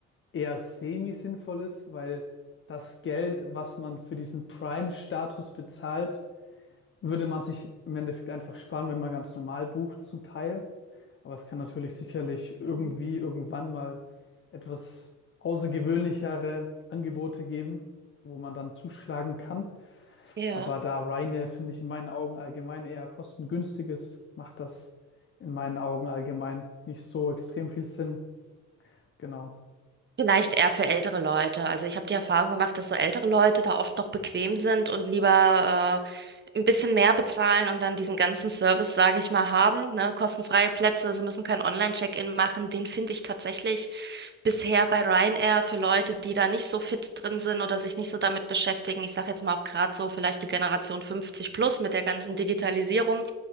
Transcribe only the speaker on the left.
eher semi-sinnvoll ist, weil das Geld, was man für diesen Prime-Status bezahlt, würde man sich im Endeffekt einfach sparen, wenn man ganz normal bucht zum Teil. Aber es kann natürlich sicherlich irgendwie
irgendwann mal etwas außergewöhnlichere Angebote geben, wo man dann zuschlagen kann.
Aber da Ryanair, finde ich, in meinen Augen allgemein eher kostengünstig ist, macht das in meinen Augen allgemein nicht so extrem viel Sinn. Genau.